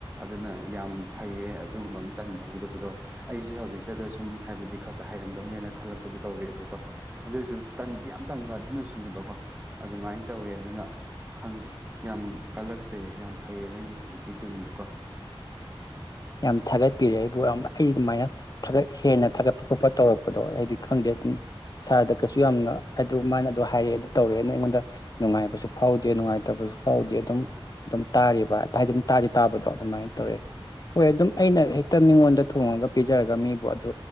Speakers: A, on the right (about 20°); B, on the left (about 40°).
A: ꯑꯗꯨꯅ ꯌꯥꯝ ꯐꯩꯌꯦ ꯑꯗꯨ ꯒꯨꯝꯕꯃ ꯇꯟꯍꯧꯗꯣ ꯑꯩꯖꯦ ꯍꯧꯖꯤꯛꯇꯗ ꯁꯨꯝ ꯍꯥꯏꯕꯗꯤ ꯈꯔ ꯈ ꯍꯥꯏ ꯍꯩꯔꯝꯗꯧꯕꯅꯦꯅ ꯈꯜꯂꯛꯄꯗꯣ ꯇꯧꯔꯛꯑꯦꯕꯀꯣ ꯑꯗꯨꯏꯖꯨ ꯇꯟꯗꯤ ꯌꯥꯝ ꯇꯟꯕ ꯑꯗꯨꯅꯁꯨꯅꯦꯕꯀꯣ ꯑꯗꯨꯃꯥꯢ ꯑꯗꯨꯃꯥꯏꯅ ꯇꯧꯋꯦ ꯑꯗꯨꯅ ꯈꯪꯗꯦ ꯌꯥꯝ ꯀꯜꯂꯛꯆꯩꯌꯦ ꯌꯥꯝ ꯐꯩꯌꯦ ꯅꯪꯒꯤ ꯍꯧꯖꯤꯛꯀꯤ ꯒꯨꯟꯗꯣꯀꯣ
B: ꯌꯥꯝ ꯊꯥꯒꯠꯄꯤꯔꯦ ꯑꯩꯕꯨ ꯌꯥꯝ ꯑꯩ ꯑꯗꯨꯃꯥꯏꯅ ꯊꯥꯒꯠ ꯍꯦꯟꯅ ꯊꯥꯒꯠꯄ ꯈꯣꯠꯄ ꯇꯧꯔꯛꯄꯗꯣ ꯑꯩꯗꯤ ꯈꯪꯗꯦ ꯗꯨꯝ ꯏꯁꯥꯗ ꯀꯩꯁꯨ ꯌꯥꯝꯅ ꯑꯗꯨ ꯃꯥꯅ ꯑꯗꯨ ꯍꯥꯏꯔꯛꯑꯦ ꯑꯗꯨ ꯇꯧꯔꯛꯑꯦꯅ ꯑꯩꯉꯣꯟꯗ ꯅꯨꯡꯉꯥꯏꯕꯁꯨ ꯐꯥꯎꯗꯦ ꯅꯨꯡꯉꯥꯏꯇꯕꯁꯨ ꯐꯥꯎꯗꯦ ꯑꯗꯨꯝ ꯑꯗꯨꯝ ꯇꯥꯔꯤꯕ ꯍꯥꯏꯗꯤ ꯑꯗꯨꯝ ꯇꯥꯔꯤ ꯇꯥꯕꯗꯣ ꯑꯗꯨꯃꯥꯏꯅ ꯇꯧꯋꯦ ꯍꯣꯏ ꯑꯗꯨꯝ ꯑꯩꯅ ꯍꯦꯛꯇ ꯃꯤꯉꯣꯟꯗ ꯊꯣꯡꯉꯒ ꯄꯤꯖꯔꯒ ꯃꯤꯕꯨ ꯑꯗꯨ